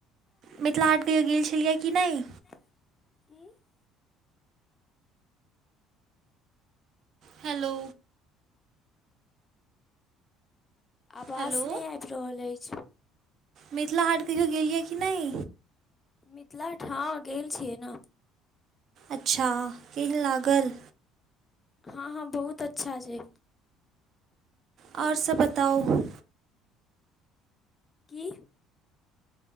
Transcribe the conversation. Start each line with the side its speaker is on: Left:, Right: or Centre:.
Left: <unintelligible>
Right: मिथिला हाट कहियो
Left: छियै
Right: गेल छलियै
Left: की
Right: कि नहि
Left: नैय की।
Right: हेलो
Left: अबाज
Right: हेलो
Left: नै आइब रहल अइछ।
Right: मिथिला हाट कहियो गेलियै की नैय?
Left: मिथिला ठाँ गेल छियै नऽ।
Right: अच्छा केहन लागल?
Left: हँ, हँ बहुत अच्छा छै।
Right: और सह बताउ?
Left: की?